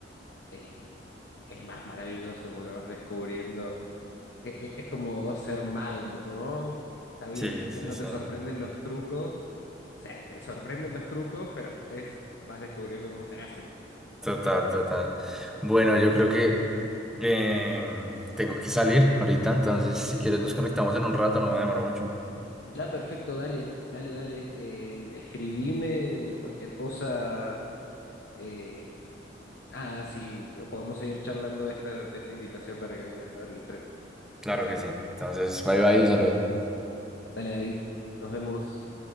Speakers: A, on the left; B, in the centre.
A: eh, es más maravilloso porque vas descubriendo, e- e- es, como ser mago, ¿no? Está bien,
B: Sí, sí,
A: ya no
B: sí.
A: te sorprenden los trucos, o sea, te sorprenden los trucos, pero a la vez vas descubriendo cómo se hacen.
B: Total, total. Bueno, yo creo que em, tengo que salir ahorita, entonces si quieres nos conectamos en un rato, no me demoro mucho.
A: Ya, perfecto, dale, dale, dale, eh, escribime y cualquier cosa, eh, nada, sí, podemos seguir charlando de esta, de esta invitación para que vengas a ver el estreno.
B: Claro que sí. Entonces, bye bye, un saludo.
A: Dale, David, nos vemos.